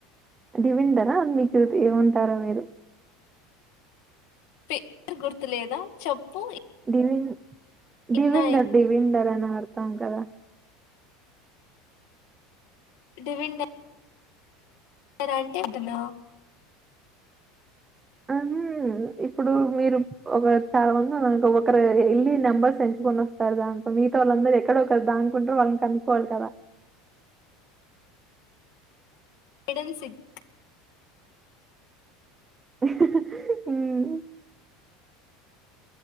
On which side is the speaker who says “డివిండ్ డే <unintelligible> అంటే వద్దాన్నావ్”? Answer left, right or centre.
Left